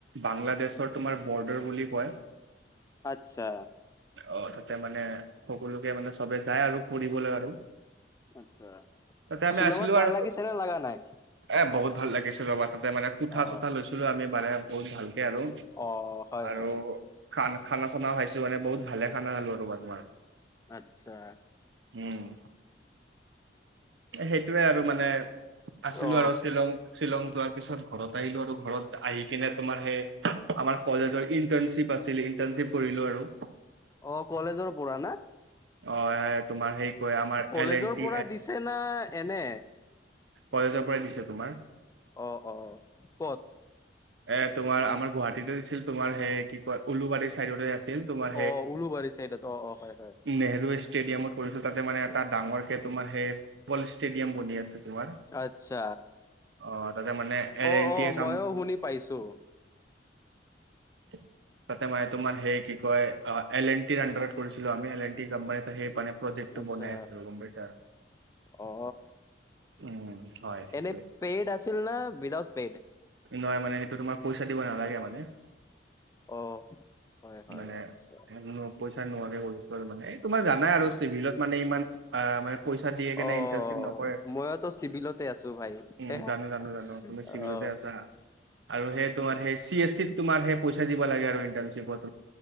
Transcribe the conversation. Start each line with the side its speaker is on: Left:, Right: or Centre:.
Right: বাংলাদেশৰ তোমাৰ বৰ্ডাৰ বুলি কয়।
Left: আচ্ছা।
Right: অ, তাতে মানে সকলোকে মানে, চবে যায় আৰু ফুৰিবলে আৰু।
Left: আচ্ছা
Right: তাতে আমি
Left: শ্বিলঙত
Right: আছিলোঁ
Left: ভাল
Right: আৰু,
Left: লাগিছে নে লগা নাই
Right: এ বহুত ভাল লাগিছিল ৰবা। তাতে মানে কোঠা-চোঠা
Left: অ
Right: লৈছিলোঁ আমি বাৰে বহুত ভালকে আৰু।
Left: অ হয়
Right: আৰু
Left: হয়
Right: খান, খানা-চানা খাইছো, মানে বহুত ভালে খানা খালো ৰ'বা তোমাৰ।
Left: আচ্ছা।
Right: উম' এ সেইটোৱে আৰু মানে আছিলো
Left: অ
Right: আৰু শ্বিলং। শ্বিলং যোৱাৰ পিছত ঘৰত আহিলো আৰু ঘৰত আহি কিনে তোমাৰ সে, আমাৰ কলেজৰ ইণ্টাৰ্ণচিপ আছ আছিলে। ইন্টাৰ্ণচিপ কৰিলোঁ আৰু।
Left: অ, কলেজৰ পৰা না?
Right: অ, হয় তোমাৰ সেই কয় আমাৰ
Left: কলেজৰ
Right: এল এন টি
Left: পৰা দিছে না এনে?
Right: কলেজৰ পৰাই দিছে তোমাৰ।
Left: অ-অ, ক'ত?
Right: এ তোমাৰ, আমাৰ গুৱাহাটীতে দিছিল, তোমাৰ সেই কি কয় উলুবাৰী চাইডতে। আছিল তোমাৰ
Left: অ, উলুবাৰী চাইডত অ-অ, হয়-হয়।
Right: নেহৰু ষ্টেডিয়ামত কৰিছোঁ, তাতে মানে এটা ডাঙৰকে তোমাৰ সেই ফুটবল ষ্টেডিয়াম বনি আছে তোমাৰ।
Left: আচ্ছা,
Right: অ তাতে মানে এল
Left: অ-অ
Right: এন টিয়ে কাম
Left: মইয়ো শুনি পাইছোঁ।
Right: <unintelligible> <inaudible> তাতে মানে তোমাৰ সেই কি কয় অ' এল এন টিৰ আন্ডাৰত কৰিছিলোঁ আমি, এল এন টি কোম্পানীত সেই মানে প্ৰজেক্টতো
Left: আচ্ছা
Right: বনাই আছোঁ, গম পাইছা।
Left: অ,
Right: উম হয় সেইটোৱে
Left: এনে পেইড আছিল না, উইদাউট পেইড?
Right: নহয় মানে সেইটো তোমাৰ পইচা দিব নালাগে মানে।
Left: অ, হয়-হয়
Right: মানে
Left: আচ্চা।
Right: ন- পইচা নোৱাৰে কৰিছো আৰু মানে এ তোমাৰ জানাই আৰু
Left: আচ্ছা
Right: চিভিলত মানে ইমান অ' মানে পইচা দিয়ে কেনে
Left: অ,
Right: ইণ্টাৰ্ণশ্বিপ নকৰে
Left: মইতো চিভিলতে আছো। ভাই
Right: উম, জানো জানো
Left: <inaudible>
Right: জানো তুমি চিভিলতে
Left: অ।
Right: আছা আৰু সে তোমাৰ সেই, চি এছ চি তোমাৰ সেই পইচা দিব লাগে আৰু ইণ্টাৰণশিপত।